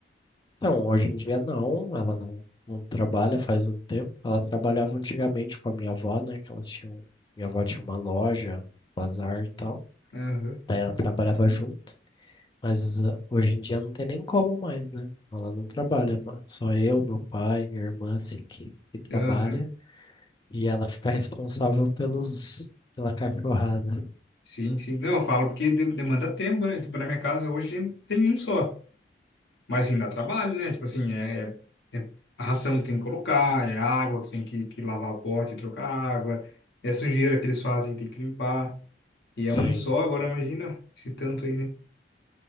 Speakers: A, on the left (about 25°); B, on the left (about 75°).
A: Então, hoje em dia não, ela não, não trabalha faz um tempo. Ela trabalhava antigamente com a minha avó, né? Que elas tinham, minha avó tinha uma loja, bazar e tal.
B: Aham,
A: Daí ela trabalhava junto, mas ah, hoje em dia não tem nem como mais, né? Ela não trabalha, ma- só eu, meu pai, minha irmã, assim, que, que trabalha.
B: aham.
A: E ela fica responsável pelos, pela cachorrada.
B: Sim, sim. Não, eu falo porque de- demanda tempo, né? Tipo, na minha casa hoje a gente tem um só. Mas assim, dá trabalho, né? Tipo assim, é, é a ração que tem que colocar, é a água que você tem que, que lavar o pote, trocar a água, é a sujeira que eles fazem, tem que limpar. E é
A: Sim.
B: um só, agora imagina esse tanto aí, né?